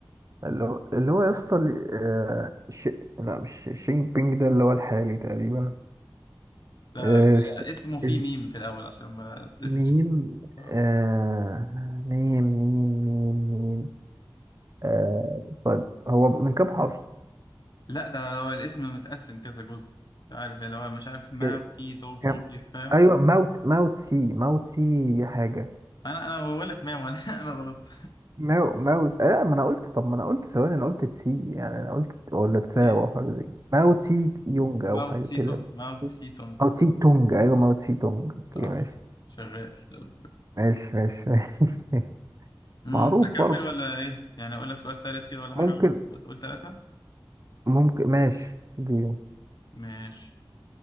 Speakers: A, on the right; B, on the left.
A: اللي هو اللي هو يصل آه ش... لا مش شينج بينج ده اللي هو الحالي تقريبا
B: لا
A: آه
B: لا
A: س...
B: لا. اسمه فيه
A: إز...
B: ميم في الاول عشان ما تلفش
A: ميم
B: آه.
A: آه ميم ميم ميم ميم آه طيب هو من كام حرف؟
B: لا ده هو الاسم متقسم كذا جزء انت عارف يعني لو أنا مش عارف ما
A: ك-
B: وتي تو تو
A: كام؟
B: كده فاهم
A: ايوه ماوت ماوت سي ماوت سي حاجة
B: انا انا بقول لك ما وانا <laughs> انا غلط
A: ماو ماوت آه، لا ما انا قلت طب ما انا قلت ثواني انا قلت تسي يعني انا قلت ولا تساو
B: <laughs>
A: او حاجه زي كده ماو تسي يونج او
B: ماوت
A: حاجه
B: سيتونج
A: كده
B: ماوت سيتونج
A: ماو تسي تونج ايوه ماو تسي تونج اوكي
B: صح
A: ماشي
B: شغال طب
A: ماشي ماشي ماشي <laughs>
B: امم
A: معروف
B: اكمل
A: برضه
B: ولا ايه يعني اقول لك سؤال تالت كده ولا
A: ممكن
B: حاجه ولا تقول تلاته
A: ممكن ماشي دي
B: ماشي